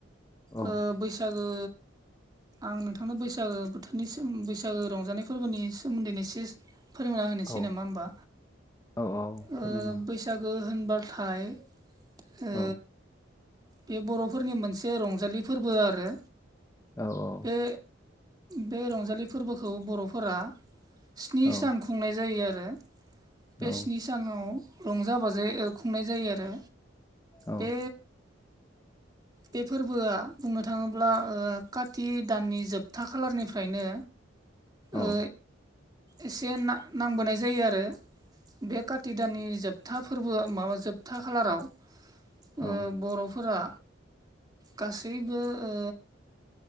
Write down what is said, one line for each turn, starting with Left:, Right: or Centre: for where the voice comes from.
Left: औ
Right: ओ बैसागो आं नोंथांनो बैसागो बोथोरनि बैसागो रंजानाय फोरबोनि सोमोन्दैनो <unintelligible> फोरमायना होनोसै
Left: औ
Right: नामा होमबा
Left: औ औ
Right: ओ
Left: फोरमायना
Right: बैसागो होनबाथाय ओ
Left: हो
Right: बे बर'फोरनि मोनसे रंजालि फोरबो आरो।
Left: औ औ।
Right: बे बे रंजालि फोरबोखौ बर'फोरा स्नि
Left: औ
Right: सान खुंनाय जायो आरो बे
Left: औ
Right: स्नि सानाव रंजा बाजायै खुंनाय जायो आरो।
Left: औ
Right: बे बे फोरबोआ बुंनो थाङोब्ला ओ खाति दाननि जोबथा खालारनिफ्रायनो
Left: औ।
Right: ओ एसे ना-नांबोनाय जायो आरो बे काति दाननि जोब था फोरबो माबा जोबथा खालाराव
Left: औ
Right: ओ बर'फोरा गासैबो ओ